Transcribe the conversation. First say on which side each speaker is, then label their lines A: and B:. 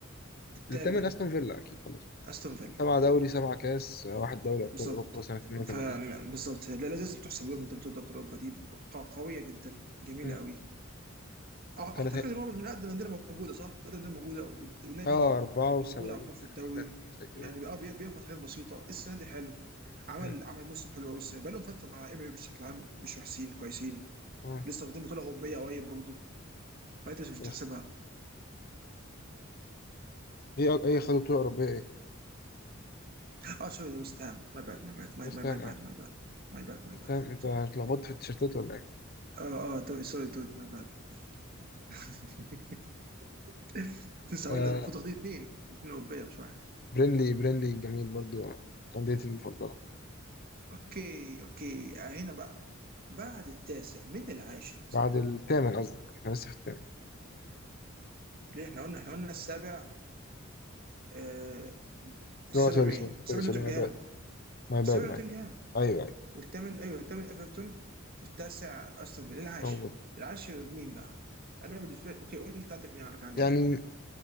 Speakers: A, on the right; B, on the left.
A: الثامن
B: التامن أستون فيلا أكيد خلاص
A: استون فيلا
B: سبعة دوري سبعة كاس واحد دوري أبطال
A: بالظبط
B: أوروبا سنة 82
A: ف بالظبط لا لا، لازم تحسب لهم انت بتقول دوري اوروبا دي ق- قويه جدا جميله
B: مم.
A: قوي أع- اعتقد
B: كانت هي
A: ان هو من اقدم الانديه موجوده صح؟ من اقدم الانديه موجوده والد- والنادي
B: اه 74
A: موجود على طول في
B: تقريبا
A: الدوري
B: زي كده
A: يعني بقى بي- بيخبط حاجات بسيطه السنه دي حلو عمل
B: مم.
A: عمل موسم حلو قوي السنه دي. بقى لهم فتره مع ام بشكل عام مش وحشين كويسين
B: اه
A: لسه واخدين بطوله اوروبيه قريب برضه فانت مش بتحسبها
B: بس ايه أك- ايه خدوا بطولة أوروبية ايه
A: اه سوري ده ويست هام ماي باد ماي باد ماي
B: بس
A: ماي
B: تمام
A: ماي
B: اه
A: باد ماي باد ماي باد ماي
B: بس
A: باد
B: تمام انت
A: سوري
B: اتلخبطت في التيشيرتات ولا ايه؟
A: اه اه دوري سوري دود ماي باد <laughs> كنت لسه
B: آه
A: هقول المفروض واخدين اثنين اثنين اوروبيه مش واحد
B: برينلي برينلي جميل برضو أنديتي المفضلة
A: اوكي اوكي آه، هنا بقى بعد التاسع من العاشر
B: بعد الثامن قصدك احنا لسه في الثامن
A: ليه احنا قلنا احنا قلنا السابع آه السابع
B: لا سوري
A: مين؟
B: سوري
A: السابع
B: سوري سوري
A: نوتنجهام
B: ماي باد ماي باد
A: السابع
B: ماي
A: نوتنجهام
B: باد ايوه ايوه
A: والثامن ايوه الثامن ايفرتون والتاسع استون فيلا العاشر
B: أوه.
A: العاشر مين بقى؟ انا بالنسبه لي اوكي قول لي انت عندك مين انا كان عندي
B: يعني
A: مين؟